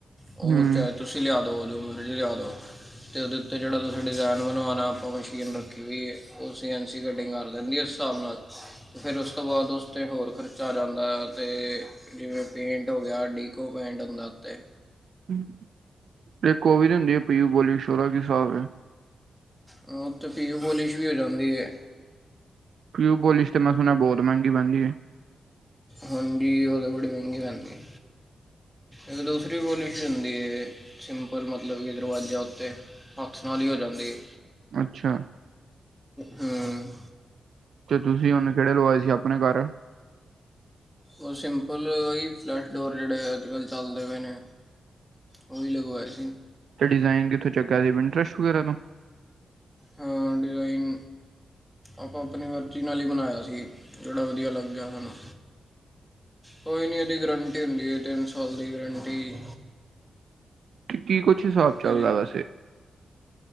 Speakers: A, in the centre; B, on the right (about 75°).
A: ਉਹ
B: ਹਮ
A: ਚਾਹੇ ਤੁਸੀਂ ਲਿਆ ਦੋ ਜੋ ਮਰਜੀ ਲਾਇਆ ਦੋ ਅਤੇ ਉਹਦੇ ਉੱਤੇ ਜਿਹੜਾ ਤੁਸੀਂ ਡਿਜ਼ਾਇਨ ਬਣਵਾਉਣਾ ਆਪਾਂ ਮਸ਼ੀਨ ਰੱਖੀ ਵੀਈਏ ਉਹ ਅਸੀਂ ਐਂਸੀ ਕਟਿੰਗ ਕਰ ਲੈਣਗੇ ਹਿਸਾਬ ਨਾਲ ਫਿਰ ਉਸ ਤੋਂ ਬਾਅਦ ਉਸ ਤੇ ਹੋਰ ਖਰਚ ਚ ਆ ਜਾਂਦਾ ਅਤੇ ਜਿਵੇਂ ਪੇਂਟ ਹੋ ਗਿਆ ਡੀਕੋ ਪੇਂਟ ਹੁੰਦਾ ਉਤੇ
B: <inaudible> ਕੋਵਿ ਦੀ ਹੁੰਦੀ ਹੈ ਪੀਊ ਬੋਲੀ ਸ਼ੋਰਾ ਕੀ ਹਫ਼ ਹੈ
A: ਉ ਅਤੇ ਪੀਓ ਪੋਲਿਸ਼ ਵੀ ਹੋ ਜਾਂਦੀ ਹੈ
B: ਫਿਊ ਬੋਲਿਸ ਤੇ ਮੈਂ ਸੁਣ ਬਹੁਤ ਮਹਿੰਗੀ ਬਣਦੀ ਹੈ
A: ਹੁਣਜੀ ਉਹ ਤਾਂ ਬੜੀ ਮਹਿੰਗੀ ਪੈਂਦੀ ਹੈ ਇੱਕ ਦੂਸਰੀ ਪੋਲਿਸੀ ਹੁੰਦੀ ਹੈ ਸਿੰਪਲ ਮਤਲਬ ਕਿ ਦਰਵਾਜ਼ੇ ਉੱਤੇ ਹੱਥ ਨਾਲ ਹੀ ਹੋ ਜਾਂਦੀ ਹੈ
B: ਅੱਛਾ
A: ਹਮ
B: ਤੇ ਤੁਸੀਂ ਉਹਨੂੰ ਕਿਹੜੇ ਲਵਾਏ ਸੀ ਆਪਣੇ ਘਰ
A: ਉਹ ਸਿੰਪਲ ਹੀ ਫਲੈਸ਼ ਡੋਰ ਜਿਹੜੇ ਅੱਜ ਕੱਲ੍ਹ ਚੱਲਦੇ ਪਏ ਨੇ ਉਹ ਵੀ ਲਗਵਾਆ ਸੀ
B: ਤੇ ਡਿਜ਼ਾਇਨ ਕਿੱਥੋਂ ਚਗਾ ਸੀ ਪਿੰਟਰੇਸ ਵਗੈਰਾ ਤੋਂ
A: ਹ ਡਿਜ਼ਾਈਨ ਆਪਾਂ ਆਪਣੀ ਮਰਜ਼ੀ ਨਾਲ ਹੀ ਬਣਾਇਆ ਸੀ ਜਿਹੜਾ ਵਧੀਆ ਲੱਗ ਗਿਆ ਸਾਨੂੰ ਕੋਈ ਨਹੀਂ ਉਹਦੀ ਗਰੰਟੀ ਹੁੰਦੀ ਹੈ ਤਿੰਨ ਸਾਲ ਦੀ ਗਾਰੰਟੀ
B: ਤੇ ਕੀ ਕੁਛ ਹਿਸਾਬ
A: ਕੁਝ
B: ਚੱਲਦਾ ਵੈਸੇ